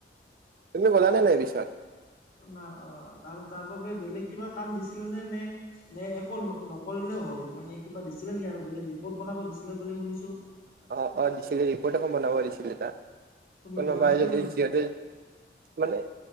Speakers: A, on the right; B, on the left.
A: তুমি গ'লা নাই নাই পিছত?
B: নাই অ', তাৰ তাৰ বাবে বেলেগ কিবা কাম দিছিলে নে? নে একো নকৰিলে হয় মানে কিবা দিছিলে নেকি আৰু বেলেগ ৰিপৰ্ট বনাব দিছিলে বুলি শুনিছো?
A: অ', অ' দিছিলে ৰিপৰ্ট এখন বনাব দিছিলে তাৰ।
B: তুমি
A: কোনো
B: বনাইছিলা
A: বাই যদিহতে
B: নে নাই
A: মানে